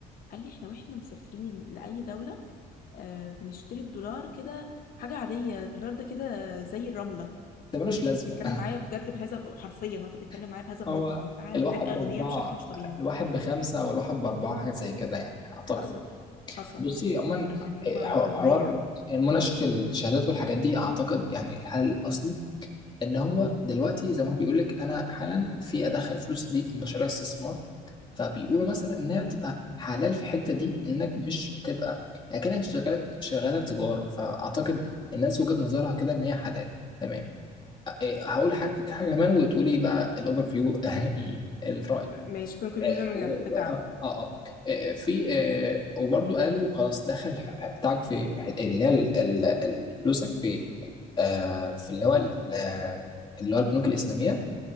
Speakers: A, on the left (about 60°); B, on the left (about 30°).
A: قال لي إحنا وإحنا مسافرين لأي دولة آه، بنشتري الدولار كده حاجة عادية الدولار ده كده زي الرملة
B: ده ملوش لازمة
A: كان بيتكلم معايا بجد بهذا حرفيا هو كان بيتكلم معايا
B: <laughs>
A: بهذا المنطق
B: هو
A: هم فعلا
B: الواحد
A: هناك أغنياء
B: بأربعة
A: بشكل مش طبيعي
B: الواحد بخمسة أو الواحد بأربعة حاجة زي كده يعني أعتقد
A: حصل حصل
B: بصي عموما
A: فهم
B: إيه،
A: أغنياء
B: حو- حوار مناقشة الشهادات والحاجات دي أعتقد يعني الحل الأصلي إن هو دلوقتي زي ما هو بيقول لك أنا حالا في أدخل فلوس دي في مشاريع استثمار فبيقولوا مثلا إنها بتبقى حلال في الحتة دي إنك مش بتبقى أكنك شغالة شغالة تجارة فأعتقد الناس وجهة نظرها كده إن هي حلال تمام إيه، هقول حاجة حاجة كمان وتقولي بقى الأوفر فيو <laughs> الرأي
A: م- ماشي conclusion
B: آه، و-
A: بتاعنا
B: آه, آه, آه آه، في آه وبرضو قالوا خلاص دخل بتاعك في اللي هي ال- ال- ال- فلوسك في آه في اللي هو ال- آه، اللي هو البنوك الإسلامية